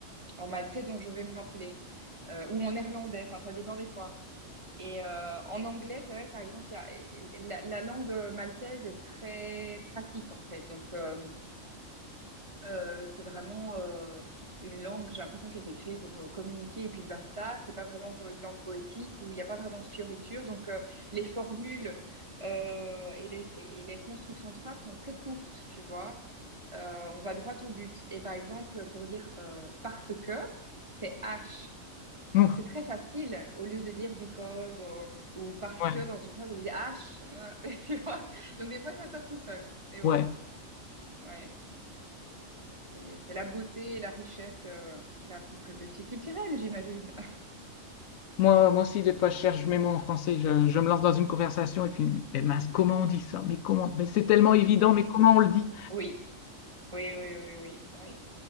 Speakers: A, on the right (about 25°); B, on the left (about 80°).
A: en maltais dont je vais me rappeler, euh, ou en néerlandais, enfin, ça dépend des fois. Et euh, en anglais, c'est vrai, par exemple, il y a, la, la langue euh, maltaise est très pratique, en fait. Donc, euh, euh, c'est vraiment euh, une langue, j'ai l'impression, qui a été créée pour euh, communiquer et puis basta. C'est pas vraiment pour une langue poétique où il n'y a pas vraiment de fioritures. Donc, euh, les formules euh, et les, et les constructions de phrases sont très courtes, tu vois. Euh, on va droit au but. Et par exemple, pour dire euh, parce que, c'est H.
B: Ouh,
A: Donc c'est très facile, au lieu de dire because ou, ou parce
B: ouais,
A: que dans une phrase, de dire H, <laughs> tu vois. Donc des fois, ça sort tout seul. Mais
B: ouais.
A: bon, ouais. C'est c'est la beauté et la richesse euh, d'un couple multiculturel, j'imagine.
B: Moi, moi aussi, des fois, je cherche mes mots en français. Je, je me lance dans une conversation et puis, mais mince, comment on dit ça? Mais comment? Mais c'est tellement évident,
A: Oui,
B: mais comment on le dit?
A: oui, oui, oui, oui, oui, oui.